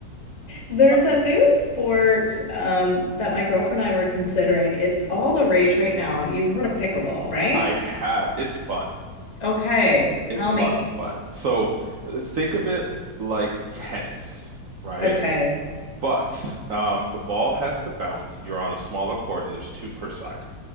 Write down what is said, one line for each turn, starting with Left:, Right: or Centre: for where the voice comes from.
Left: There's
Right: I,
Left: a new sport um, that my girlfriend and I were considering. It's all the rage right now. You've heard of pickleball, right?
Right: I have. It's fun.
Left: Okay,
Right: It's
Left: tell
Right: lots
Left: me.
Right: of fun. So uh, think of it like tennis, right?
Left: Okay,
Right: But um, the ball has to bounce. You're on a smaller court, and there's two per side.